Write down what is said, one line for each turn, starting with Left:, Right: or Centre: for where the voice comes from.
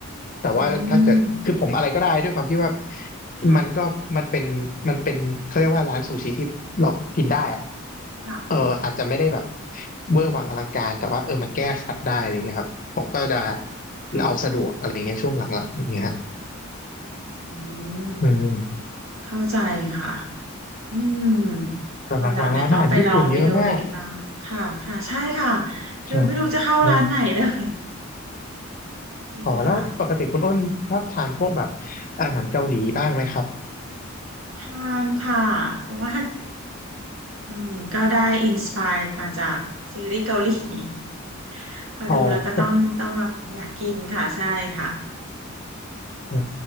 Left: แต่ว่าถ้าเกิดคือผมอะไรก็ได้ด้วยความที่ว่า
Right: อืมค่ะ
Left: มันก็มันเป็นมันเป็นเขาเรียกว่าร้านซูชิที่เรากินได้อะ
Right: ค่ะ
Left: เอออาจจะไม่ได้แบบเวอร์วังอลังการแต่ว่าเออมันแก้ขัดได้อะไรเงี้ยครับผมก็จะ
Right: ค่ะ
Left: เอาสะดวกอะไรเงี้ยช่วงหลังๆอย่างเงี้ยฮะ
Right: อืม
Left: อืม
Right: เข้าใจค่ะ อืม
Left: แต่หลังๆร้านอาหารญี่ปุ่นเยอะมาก
Right: คนหลังเนี่ยต้องไปลองมิโดริบ้างค่ะค่ะใช่ค่ะคือไม่รู้จะเข้าร้านไหนเลย
Left: ครับครับ
Right: <laughs> จริงค่ะ
Left: อ๋อแล้วปกติคุณอ้นชอบทานพวกแบบอาหารเกาหลีบ้างไหมครับ
Right: ทานค่ะเพราะว่าอืมก็ได้อินสปายมาจากซีรีส์เกาหลี <laughs> พอดูแล้วก็ต้องต้องแบบอยากกินค่ะใช่ค่ะ
Left: อ๋อพวกเอ่อ